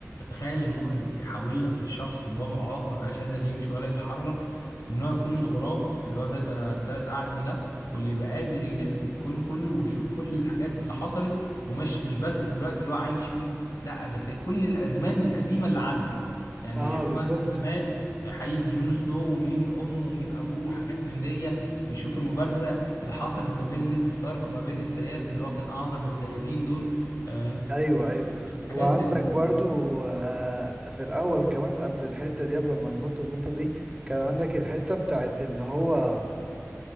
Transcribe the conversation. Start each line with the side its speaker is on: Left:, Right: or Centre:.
Left: تخيل المخرج يحول لك الشخص اللي هو معاق ما بقاش قادر يمشي ولا يتحرك من هو يكون الغراب اللي هو ذات الثلاث اعين ده واللي يبقى قادر يلف الكون كله ويشوف كل الحاجات اللي حصلت ومش مش بس في الوقت اللي هو عايش فيه لا ده في كل الازمان القديمه اللي عدت يعني
Right: اه
Left: يشوف
Right: بالظبط
Left: مثلا زمان حقيقة جون سنو ومين امه ومين ابوه وحاجات من دي يشوف المبارزه اللي حصلت ما بين نيد ستارك وما بين السياف اللي هو كان اعظم السيافين دول آه،
Right: ايوه ايوه
Left: يشوف الحاجات
Right: وعندك
Left: اللي
Right: برضو آه في الاول كمان قبل الحته دي قبل ما ننط النقطه دي كان عندك الحته بتاعت اللي هو